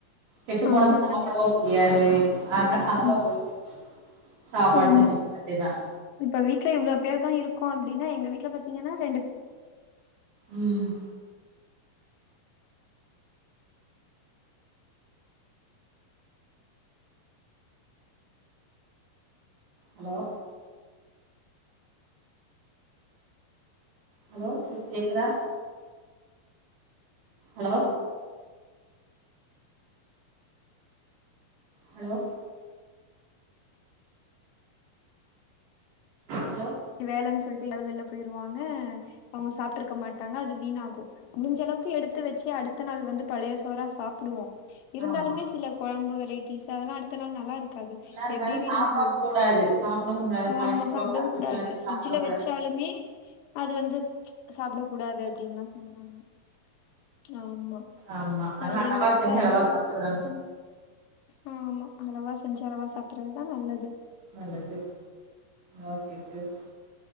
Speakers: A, on the right; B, on the left.
A: கெட்டு
B: ஆமா
A: போனத சாப்பிடவு
B: கண்டிப்பா.
A: முடியாது அதனால அழவா
B: ம்.
A: போட்டு சாப்பாடு
B: ஆமா.
A: செஞ்சுக்க வேண்டியாதா
B: இப்ப வீட்ல இவ்ளோ பேரு தா இருக்கோ அப்டின் எங்க வீட்ல பாத்தீங்கன்னா ரெண்டு பேரு
A: ம் ஹலோ ஹலோ சிஸ் கேக்குதா ஹலோ ஹலோ ஹலோ
B: வேலன் சொல்ட்டு எங்காது வெள்ல போய்ருவாங்க அவ்ங்க சாப்ட்ருக்க மாட்டாங்க அது வீணாகு முடிஞ்சளவுக்கு எடுத்து வெச்சு அடுத்த நாள் வந்து பழைய சோறா சாப்புடுவோ இருந்தாலுமே
A: ஆமா
B: சிலக் கொழம்பு வெரைட்டிஸ் அதெல்லா அடுத்த நாள் நல்லாருக் காது
A: நல்லா இருக்காது
B: எப்டி வீணா
A: சாப்டவு
B: போய்
A: கூடாது சாப்டவு கூடாது பழைய
B: ஆமா
A: கொழம்புலா
B: சாப்டவ்
A: ஃப்ரிட்ஜ்ல
B: கூடாது
A: வச்சு
B: ஃப்ரிஜுல
A: சாப்டக்
B: வெச்சாலுமே அது வந்து சாப்பிட கூடாது அப்டின்னா சொல்றாங்க ஆமா
A: ஆமா. அதா
B: அடிங்கறப்ப
A: அளவா செஞ்சு
B: அதெல்லா
A: அளவா சாப்ட்டுக்கணும்
B: அ ஆ ஆமா அளவா செஞ்சு அளவா சாப்புறதுதா நல்லது
A: நல்லது ஓகே சிஸ்